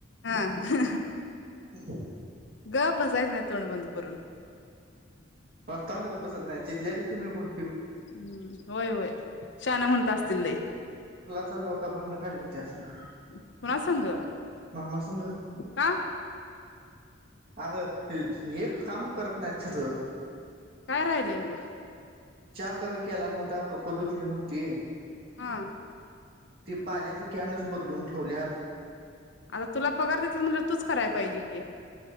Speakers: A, on the left; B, on the right.
A: हा ह ह
B: ह
A: गप बस जायच नाही तोंड बंद करून
B: हस्ता ना गप बसत नाही मी जितल्या तिथ बोल
A: हम्म होय होय शान म्हणत असतील लय
B: चाला होता भांडण काडली त्यासनी
A: कुणा संग
B: मामासंग
A: का
B: आग हे नी एक काम करत नाहीत सरळ
A: काय राहिलंय मग
B: च्या कर केला न हो ता कप धुतली न्हवती
A: हा
B: ती पाण्याच कॅनच बदलून ठेवल्यात
A: आता तुला पगार देतेत म्हणल्यावर तूच करायला पाहिजे की